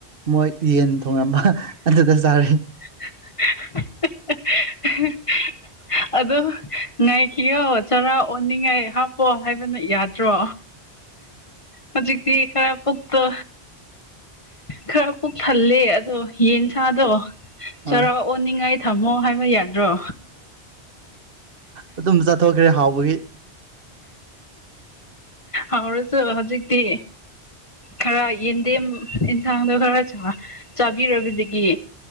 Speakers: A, on the right; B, on the left.
A: ꯃꯣꯏ ꯌꯦꯟ ꯊꯣꯡꯉꯝꯕ ꯑꯗꯨꯗ ꯆꯥꯔꯦ
B: <unintelligible> ꯑꯗꯣ ꯉꯥꯏꯈꯤꯌꯣ ꯆꯔꯥ ꯑꯣꯟꯅꯤꯡꯉꯥꯏ ꯍꯥꯞꯄꯣ ꯍꯥꯏꯕꯅ ꯌꯥꯗ꯭ꯔꯣ
A: <unintelligible>
B: ꯍꯧꯖꯤꯛꯇꯤ ꯈꯔ ꯄꯨꯛꯇꯣ ꯈꯔ ꯄꯨꯛ ꯊꯜꯂꯦ ꯑꯗꯣ ꯌꯦꯟ ꯁꯥꯗꯣ
A: ꯍꯣꯏ
B: ꯆꯔ ꯑꯣꯅꯤꯡꯉꯥꯏ ꯊꯝꯃꯣ ꯍꯥꯏꯕ ꯌꯥꯗ꯭ꯔꯣ
A: ꯑꯗꯨꯝ ꯆꯊꯣꯛꯈ꯭ꯔꯦ ꯍꯥꯎꯕꯒꯤ
B: ꯍꯥꯎꯔꯁꯨ ꯍꯧꯖꯤꯛꯇꯤ ꯈꯔ ꯌꯦꯟꯗꯦꯝ ꯏꯟꯁꯥꯡꯗꯣ ꯈꯔ ꯆꯥꯕꯤꯔꯕꯗꯒꯤ